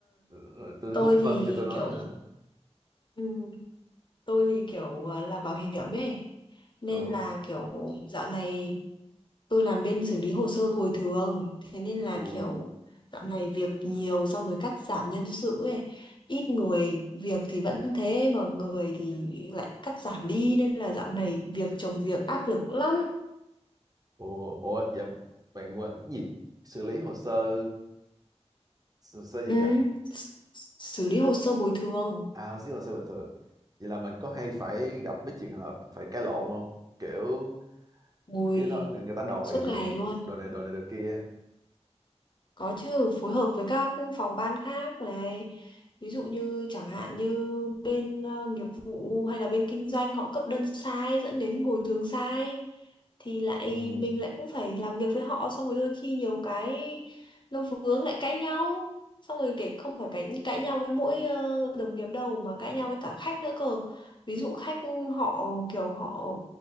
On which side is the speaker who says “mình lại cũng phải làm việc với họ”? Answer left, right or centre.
Left